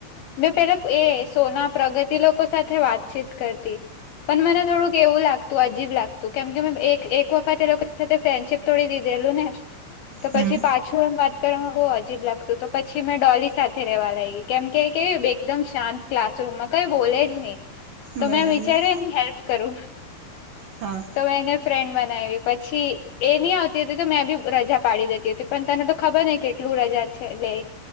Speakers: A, on the left; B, on the right.
A: મેં પેલા એ સોના પ્રગતિ લોકો સાથે વાતચીત કરતી. પણ મને થોડુંક એવું લાગતું અજીબ લાગતું કેમ કે મે એક એક વખત એ લોકો સાથે ફ્રેન્ડશીપ તોડી દીધેલું ને તો
B: હમ
A: પછી પાછું એમ વાત કરવામાં બહુ અજીબ લાગતું તો પછી મેં ડોલી સાથે રેવા લાગી કેમ કે કે એકદમ શાંત ક્લાસરૂમમાં કઈ બોલે જ નહી તો
B: બરાબર
A: મેં વિચાર્યું એની હેલ્પ કરું.
B: હા.
A: તો મે એને ફ્રેન્ડ બનાવી પછી. એ નહ આવતી હતી તો મેં બી રજા પાડી દેતી હતી પણ તને તો ખબર નહ કેટલું રજા છે લે.